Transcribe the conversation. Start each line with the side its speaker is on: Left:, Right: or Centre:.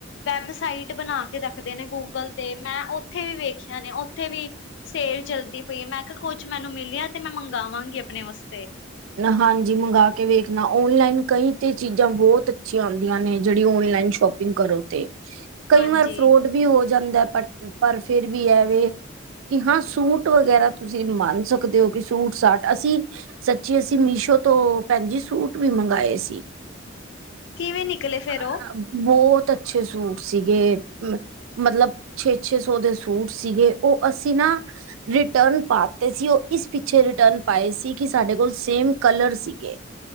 Left: ਵੈੱਬਸਾਈਟ ਬਣਾ ਰੱਖਦੇ ਨੇ ਗੂ ਗੂਗਲ ਤੇ ਮੈਂ ਉੱਥੇ ਵੀ ਵੇਖੀਆਂ ਨੇ ਉੱਥੇ ਵੀ--੍ ਸੇਲ ਚਲਦੀ ਪਈ ਹੈ। ਮੈਂ ਕਿਹਾ-ਕੁਝ ਮੈਨੂੰ ਮਿਲਿਆ ਤੇ ਮੈਂ ਮੰਗਵਾਂਗੀ ਆਪਣੇ ਵਸਤੇ
Right: ਹਾਂਜੀ, ਮੰਗ ਕੇ ਵੇਖਣਾ ਓਨਲਾਈਨ ਕਈ ਤੇ ਚੀਜ਼ਾਂ ਬਹੁਤ ਅੱਛੀਆਂ ਆਉਂਦੀਆਂ ਨੇ ਜਿਹੜੀ ਓਨਲਾਈਨ ਸ਼ੋਪ ਕਰੋ ਤੇ ਕਈ
Left: ਹਾਂਜੀ
Right: ਵਾਰ ਫਰੋਡ ਵੀ ਹੋ ਜਾਂਦਾ ਪਰ ਪਰ ਫਿਰ ਵੀ ਐਵੇ, ਕਿ ਹਾਂ, ਸੂਟ ਵਗੈਰਾ ਤੁਸੀਂ ਮੰਨ ਸਕਦੇ ਹੋ ਕਿ ਸੂਟ ਸਾਟ ਅਸੀਂ ਸੱਚੀ, ਅਸੀਂ ਮੀਸ਼ੋ ਤੋਂ ਭੈਣ ਜੀ, ਸੂਟ ਵੀ ਮੰਗਵਾਏ ਸੀ।
Left: ਕਿਵੇਂ ਨਿਕਲੇ ਫੇਰ
Right: ਆ
Left: ਉਹ
Right: ਬਹੁਤ ਅੱਛੇ ਸੂਟ ਸੀਗੇ। ਮਤਲਬ ਛੇ- ਛੇ ਸੌ ਦੇ ਸੂਟ ਸੀਗੇ ਓ ਅਸੀਂ ਨਾ। ਰਿਟਰਨ ਪਾਤੇ ਸੀ ਉਹ, ਇਸ ਪਿੱਛੇ ਰਿਟਰਨ ਪਾਏ ਸੀ। ਕਿ ਸਾਡੇ ਕੋਲ ਸੇਮ ਕਲਰ ਸੀਗੇ,